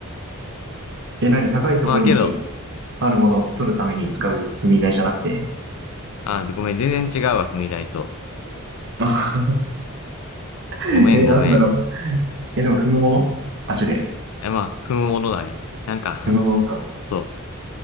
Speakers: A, on the right; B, on the left.
A: え、何高いとこに
B: まあ、けど、
A: あるものを取るために使う踏み台じゃなくて
B: あ、ごめん、全然違うわ、踏み台と。
A: あ <laughs>
B: ごめん、
A: え、なんだろう。
B: ごめん。
A: え、でも踏むもの足で。
B: え、まあ、踏むものだね。なんか
A: 踏むものか。
B: <laughs> そう。